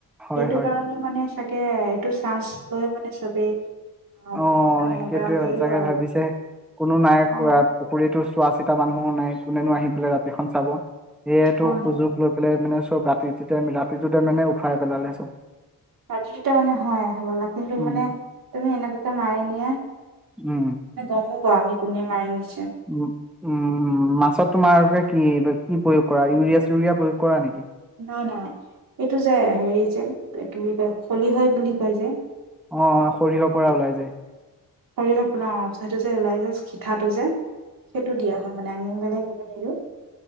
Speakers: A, in the centre; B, on the right.
A: হয়
B: সেইটো
A: হয়
B: কাৰণে মানে চাগে এইটো চান্স লৈ মানে চবেই। <unintelligible>
A: অঁ!
B: মানে এটা
A: সেইটোৱেই
B: হেৰি
A: চাগে
B: লয় আৰু
A: ভাবিছে কোনো নাই
B: অ
A: কৰাত। <unintelligible> পুখুৰীতো চোৱা-চিতা মানুহো নাই। কোনেনো আহি পেলাই ৰাতিখন চাব সেয়াইটো
B: অ সেইটো
A: সুযোগ লৈ <unintelligible> সেইফালে মানে চব ৰাতিটোতে-ৰাতিটোতে মানে উঠুৱাই পেলালে চব। <unintelligible>
B: ৰাতিটোতে মানে হয় হবলা কিন্তু
A: উম
B: মানে তুমি এনেকুৱাকে মাৰি নিয়া <unintelligible>
A: উম
B: মানে গমো পাওঁ আমি কোনে মাৰি নিছে। <unintelligible>
A: <unintelligible> উম-উম মাছত তোমালোকে কি কি প্ৰয়োগ কৰা ইউৰিয়া-চিউৰিয়া প্ৰয়োগ কৰা নেকি? <inaudible>
B: নাই-নাই। এইটো যে হেৰি যে কি বুলি কয় খলিহয় বুলি কয় যে? <unintelligible>
A: অঁ-অঁ! সৰিয়হৰ পৰা ওলাই যে? <unintelligible>
B: সৰিয়হ পেলা অঁ সেইটো যে ওলাই যে পিঠাটো যে সেইটো দিয়া হয় মানে আনি বেলেগ নিদিওঁ। <unintelligible>